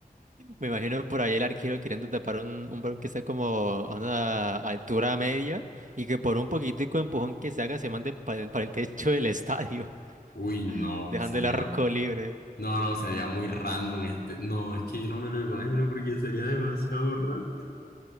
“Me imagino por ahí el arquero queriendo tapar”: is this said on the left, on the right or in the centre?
Right